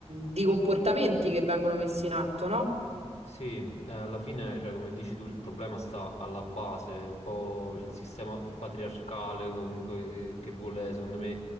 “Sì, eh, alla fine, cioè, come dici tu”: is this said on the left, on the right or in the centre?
Left